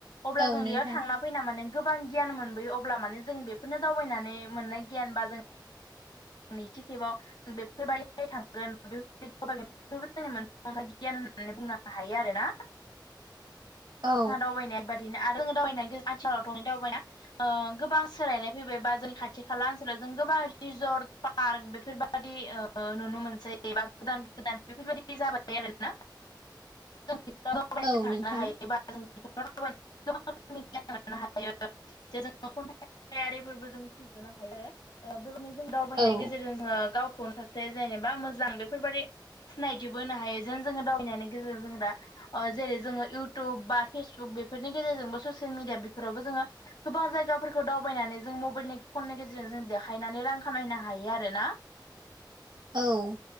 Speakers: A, on the left (about 65°); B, on the right (about 70°).
A: अब्ला
B: औ
A: जों
B: नोंथां
A: बेयाव थांना फैना माने गोबां गियान मोनबोयो अब्ला माने जों बेफोरनो दावबायनानै मोननाय गियान बा जों नैथि खेबाव जों बेफोरबायदि थांगोन बेफोर <unintelligible> दावगोन <unintelligible> गियान होननानै बुंनो हायो आरो ना
B: औ
A: जोंहा दावबायनाय बे बादिनो आरो जोङो दावबायनाय आथिखालावथ' दावबायना ओ गोबां सोलायनाय फैबाय बा जोंनि खाथि खाला ओनसोलाव जों गोबां रिजर्ट फ पार्क बेफोरबाददि ओ नुनो मोनसै बा गोदान गोदान बेफोरबायादि जाबाय थायो आरोना। जों दावनो
B: औ
A: थांनो
B: नोंथां
A: हायोबा गोबां <unintelligible> <inaudible> <unintelligible> हायो जे जों खन्थाय आरिफोरबो जों सुजुनो हायो। ओ बेबायदिनो जों दावबायनायनि
B: औ
A: गेजेरजों जोङो गावखौनो सासे जेनेबा मोजां बेफोरबायदि सिनायथिबो होनो हायो जेन जोङो दावबायनायनि गेजेरजों जों दा जेरै जोङो इउट टुब बा फेसबुक बेफोरनि गेजेरजोंबो ससियेल मिडिया बेफोरावबो जोङो गोबां जायगाफोरखौ दावबायनानै जों मबाइलनि फननि गेजेरजों जों देखायनानै रां खामायहनो हायो आरो ना। <inaudible>
B: औ